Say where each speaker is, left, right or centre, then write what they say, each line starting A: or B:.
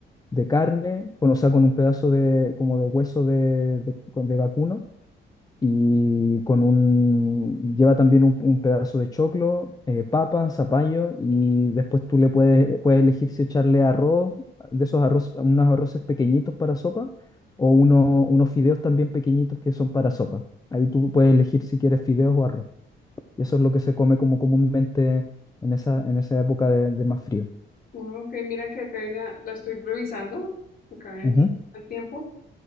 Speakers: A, on the left; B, on the left.
A: de carne, con, o sea, con un pedazo de, como de hueso de, de, con- de vacuno y con un, lleva también un, un pedazo de choclo, eh, papa, zapallo, y después tú le puedes, puedes elegir si echarle arroz, de esos arroz, unos arroces pequeñitos para sopa, o uno- unos fideos también pequeñitos que son para sopa. Ahí tú puedes elegir si quieres fideos o arroz. Y eso es lo que se come como comúnmente en esa, en esa época de, de más frío.
B: Ah, Ok, mira que acá hay una, la estoy revisando, acá en
A: Ujú,
B: el tiempo.